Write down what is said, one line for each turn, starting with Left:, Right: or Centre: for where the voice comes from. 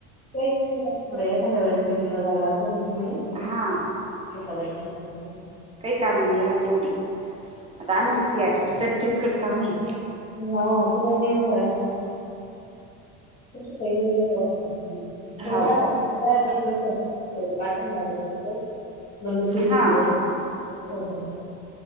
Left: काहीच नाही राहत, एखाद्या वेळेस मिीटिंगला जायाला लागतय म्हणे.
Right: हा
Left: स्वतःला किती. करता
Right: काही काम नाही राहत एवढी, आता आमच्या सी आरपीची तर किचकट काम आहे.
Left: हा तुला नाही एवढं राहात, ना तुमच्या पाहिले एवढं राहत नाही. थोडा
Right: हाव
Left: बसून <inaudible> लागत असत <inaudible> नम तुमित
Right: हा
Left: <unintelligible>